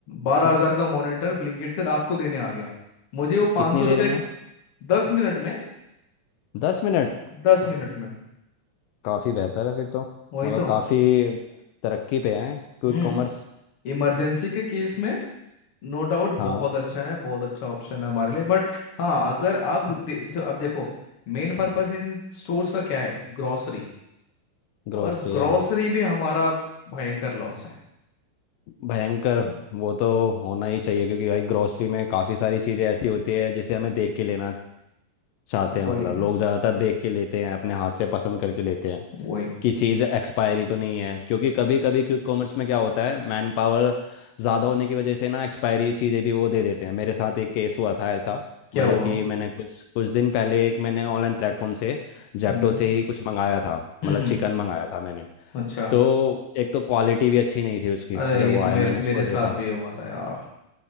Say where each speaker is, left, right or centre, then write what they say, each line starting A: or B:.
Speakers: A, on the left; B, on the left.
A: बारह
B: अच्छा
A: हजार का मॉनिटर ब्लिंकिट से रात को देने आ गया मुझे वो
B: कितनी
A: पाँच सौ
B: देर
A: रुपये
B: में
A: दस मिनट में
B: दस मिनट
A: दस मिनट में
B: काफ़ी बेहतर है फिर तो
A: वही
B: मतलब
A: तो
B: काफ़ी तरक्की पे है क्विक
A: हम्म
B: कॉमर्स
A: इमरजेंसी के केस में नो डाउट
B: हाँ
A: बहुत अच्छा है बहुत अच्छा ऑप्शन है हमारे लिए बट हाँ अगर आप दे, अब देखो मेन पर्पस इन स्टोर्स का क्या है ग्रोसरी
B: ग्रोसरी
A: और ग्रोसरी
B: हाँ
A: भी हमारा भयंकर लॉस है
B: भयंकर
A: हाँ।
B: वो तो होना ही चाहिए क्योंकि भाई ग्रोसरी में काफ़ी सारी चीज़ें ऐसी होती है जिसे हमें देख के लेना चाहते
A: वही
B: हैं मतलब लोग ज़्यादातर देख के लेते हैं अपने हाथ से पसंद करके लेते हैं
A: वही
B: कि चीज़ एक्सपायरी तो नहीं है क्योंकि कभी कभी क्विक कॉमर्स में क्या होता है मैन पावर ज़्यादा होने की वजह से ना एक्सपायरी चीज़ें भी वो दे देते हैं मेरे साथ एक केस हुआ था ऐसा
A: क्या
B: मतलब
A: हुआ
B: कि मैंने कुछ कुछ दिन पहले एक मैंने ऑनलाइन प्लेटफॉर्म से जेप्टो
A: हम्म
B: से ही कुछ मंगाया था
A: हम्म
B: मतलब
A: हम्म,
B: चिकन मंगाया था मैंने
A: अच्छा
B: तो एक तो क्वालिटी भी अच्छी नहीं थी उसकी
A: अरे
B: जब
A: ये
B: वो
A: तो
B: आया
A: मेरे
B: मैंने उसको
A: मेरे साथ
B: देखा
A: भी हुआ था यार